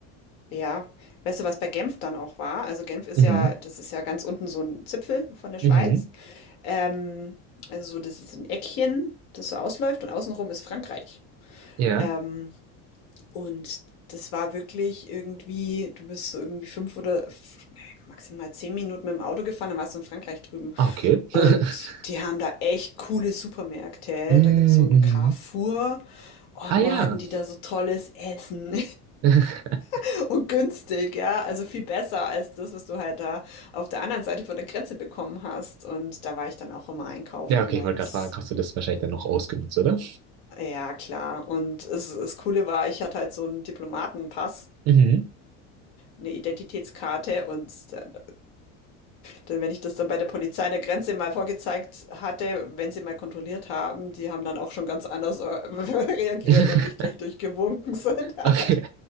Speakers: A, on the left (about 70°); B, on the right (about 45°).
A: ja. Weißt du, was bei Genf dann auch war? Also Genf ist
B: Mhm.
A: ja, das ist ja ganz unten so ein Zipfel von der Schweiz.
B: Mhm.
A: Ähm, also so, das ist ein Eckchen, das so ausläuft und außenrum ist Frankreich.
B: Ja.
A: Ähm, Und das war wirklich irgendwie du bist so irgendwie 5 oder f ne, maximal 10 Minuten mit dem Auto gefahren, dann warst du in Frankreich drüben.
B: Ah, okay.
A: Und
B: <laughs>
A: die haben da echt coole Supermärkte.
B: Mhm.
A: Da gibt's so einen
B: Mhm.
A: Carrefour. Oh,
B: Ah
A: boah,
B: ja.
A: hatten die da so tolles Essen
B: <laughs>
A: <laughs> und günstig, ja. Also, viel besser als das, was du halt da auf der anderen Seite von der Grenze bekommen hast. Und da war ich dann auch immer einkaufen,
B: Ja, okay,
A: weil
B: ich wollte
A: das
B: gerade fragen, hast du das wahrscheinlich dann noch ausgenutzt, oder?
A: ja, klar. Und es das Coole war, ich hatte halt so einen Diplomatenpass.
B: Mhm.
A: eine Identitätskarte und dann, dann, wenn ich das dann bei der Polizei an der Grenze mal vorgezeigt hatte, wenn sie mal kontrolliert haben, die haben dann auch schon ganz anders äh, <laughs> reagiert
B: <laughs>
A: und dich gleich durchgewunken, so in der
B: Okay.
A: Art.